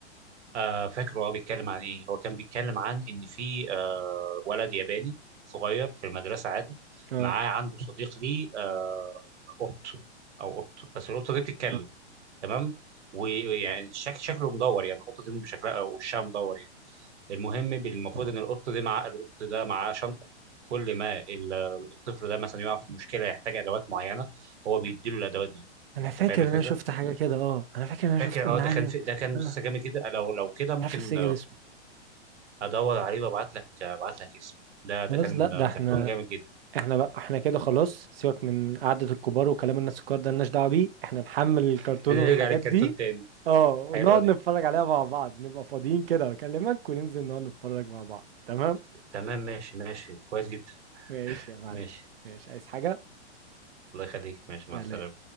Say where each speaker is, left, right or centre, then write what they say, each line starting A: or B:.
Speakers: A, on the right; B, on the right.
A: آه فاكره هو بيتكلم عن ايه هو كان بيتكلم عن ان في آه ولد ياباني صغير في المدرسه عادي
B: اه
A: معاه عنده صديق ليه آه قط او قط بس القطه دي بتتكلم
B: اه
A: تمام ويعني شك شكله مدور يعني القطه دي شكلها او وشها مدور يعني المهم بال- المفروض ان القط دي مع القط ده معاه شنطه كل ما ال- الطفل ده مثلا يقع في مشكله يحتاج ادوات معينه هو بيديله الادوات دي
B: انا فاكر
A: انت فاهم الفكره؟
B: ان انا شفت حاجه كده اه انا فاكر ان انا
A: فاكر
B: شفت ان
A: اه ده
B: عادي
A: كان في ده كان
B: انا
A: مسلسل جامد جدا لو لو كده
B: مش
A: ممكن
B: عارف افتكر اسمه
A: ادور عليه وابعت لك ابعت لك اسمه ده ده
B: خلاص
A: كان
B: لا ده احنا
A: كرتون جامد جدا
B: احنا بقى احنا كده خلاص سيبك من قعده الكبار وكلام الناس الكبار ده ملناش دعوه بيه احنا نحمل الكرتون
A: احنا نرجع
B: والحاجات
A: للكرتون
B: دي
A: تاني
B: اه ونقعد
A: حلوة دي
B: نتفرج عليها مع بعض نبقى فاضيين كده واكلمك وننزل نقعد نتفرج مع بعض تمام
A: تمام ماشي ماشي كويس جدا
B: ماشي يا معلم
A: ماشي
B: ماشي عايز حاجة
A: الله يخليك ماشي
B: سلام
A: مع السلامة